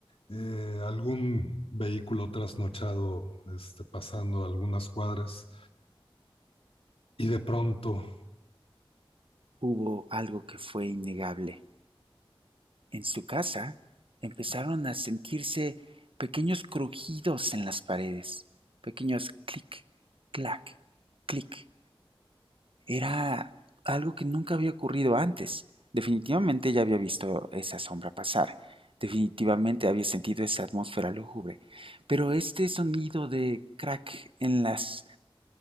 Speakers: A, on the left; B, on the right.
A: eh, algún vehículo trasnochado este, pasando algunas cuadras y de pronto,
B: Hubo algo que fue innegable. En su casa empezaron a sentirse pequeños crujidos en las paredes, pequeños clic, clac, clic. Era algo que nunca había ocurrido antes. Definitivamente ya había visto esa sombra pasar. Definitivamente había sentido esa atmósfera lúgubre. Pero este sonido de crack en las